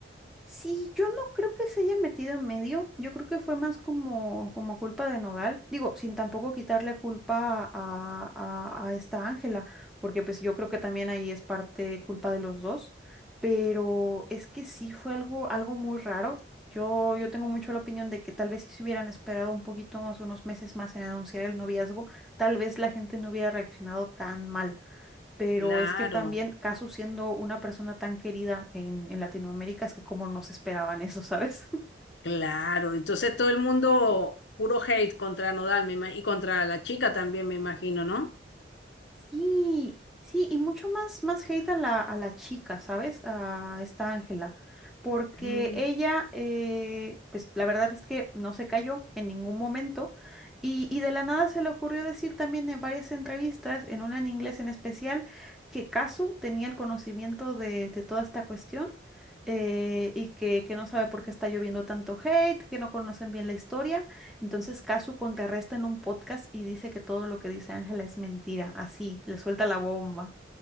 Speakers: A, in the centre; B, on the left.
A: Sí, yo no creo que se haya metido en medio. Yo creo que fue más como, como culpa de Nodal. Digo, sin tampoco quitarle culpa a, a, a esta Ángela, porque pues yo creo que también ahí es parte culpa de los dos. Pero es que sí fue algo, algo muy raro. Yo, yo tengo mucho la opinión de que tal vez si se hubieran esperado un poquito más, unos meses más en anunciar el noviazgo, tal vez la gente no hubiera reaccionado tan mal pero
B: Claro,
A: es que también Casu siendo una persona tan querida en, en Latinoamérica, es que como no se esperaban eso, ¿sabes?
B: claro. Entonces todo el mundo puro hate contra Nodal me ima- y contra la chica también, me imagino, ¿no?
A: Sí, sí, y mucho más, más hate a la, a la chica, ¿sabes? A esta Ángela, porque
B: Ujú.
A: ella, eh, pues la verdad es que no se cayó en ningún momento y, y de la nada se le ocurrió decir también en varias entrevistas, en una en inglés en especial, que Casu tenía el conocimiento de, de toda esta cuestión eh, y que, que no sabe por qué está lloviendo tanto hate, que no conocen bien la historia. Entonces Casu contrarresta en un podcast y dice que todo lo que dice Ángela es mentira, así, le suelta la bomba.